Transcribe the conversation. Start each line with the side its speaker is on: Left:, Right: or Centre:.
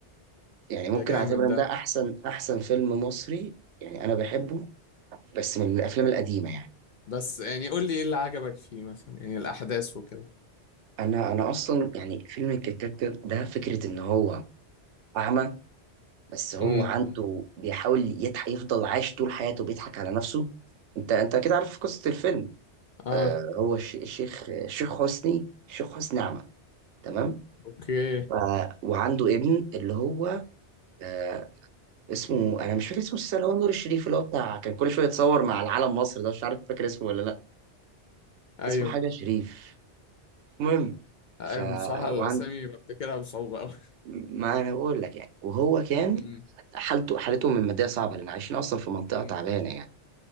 Right: يعني ممكن
Left: ده جامد
Right: اعتبر ان
Left: ده
Right: ده احسن احسن فيلم مصري يعني انا بحبه بس من الافلام القديمه يعني
Left: بس يعني قول لي ايه اللي عجبك فيه مثلا يعني الاحداث وكده
Right: انا انا اصلا يعني فيلم الكيت كات ده فكره ان هو اعمى بس هو
Left: امم
Right: عنده بيحاول يضحك يفضل عايش طول حياته بيضحك على نفسه انت انت كده عارف قصة الفيلم
Left: اه
Right: آه هو الش- الشيخ الشيخ حسني الشيخ حسني أعمى تمام
Left: اوكي
Right: ف... وعنده ابن اللي هو آه اسمه انا مش فاكر اسمه السنة اللي هو نور الشريف اللي هو بتاع كان كل شوية يتصور مع العلم مصر ده مش عارف فاكر اسمه ولا لا
Left: ايوه
Right: اسمه حاجة شريف المهم
Left: ايوه
Right: ف
Left: بصراحة الاسامي
Right: وعند
Left: بفتكرها بصعوبة قوي
Right: ما انا بقول لك يعني وهو كان
Left: امم
Right: حالته حالتهم المادية صعبة لان عايشين اصلا في منطقة
Left: امم
Right: تعبانة يعني